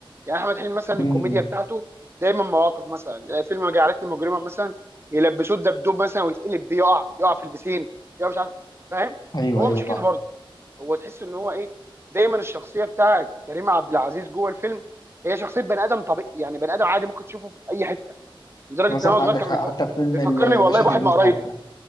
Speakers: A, on the right; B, on the left.
A: يعني احمد حلمي مثلا
B: مم.
A: الكوميديا بتاعته دايما مواقف مثلا يعني فيلم جعلتني مجرما مثلا يلبسوه الدبدوب مثلا ويتقلب بيه يقع يقع في البسين يقع مش عارف فاهم
B: ايوه
A: هو
B: ايوه
A: مش كده
B: صح
A: برضه هو تحس ان هو ايه دايما الشخصيه بتاعت كريم عبد العزيز جوه الفيلم هي شخصيه بني ادم طبيعي يعني بني ادم عادي ممكن تشوفه في اي حته لدرجه
B: ما صح
A: ان هو صغير
B: عندك
A: كان
B: حق
A: بيف...
B: حتى في فيلم
A: بيفكرني
B: الباشا
A: والله بواحد
B: تلميذ
A: من قرايبي
B: حتى